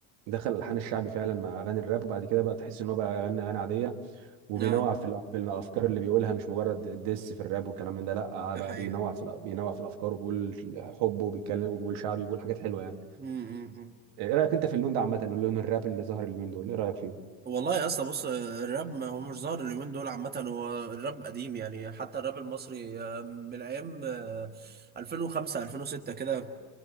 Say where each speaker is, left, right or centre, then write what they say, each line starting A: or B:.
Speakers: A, on the right; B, on the right.
A: دخل الحان الشعبي فعلا مع اغاني الراب وبعد كده بقى تحس ان هو بقى غنى اغاني عاديه وبينوع
B: اه
A: في الأ- في الافكار اللي بيقولها مش مجرد ديس في الراب والكلام من ده لا آه،
B: ده
A: بقى
B: حقيقه
A: بينوع في الأ- بينوع في الافكار وبيقول حب وبيتكلم وبيقول شعبي وبيقول حاجات حلوه يعني
B: امم
A: آه، ايه رايك انت في اللون ده عامه اللون الراب اللي ظهر اليومين دول ايه رايك فيه
B: والله يا اسطى بص الراب ما هو مش ظاهر اليومين دول عامه هو الراب قديم يعني حتى الراب المصري آه، من ايام آه، 2005 2006 كده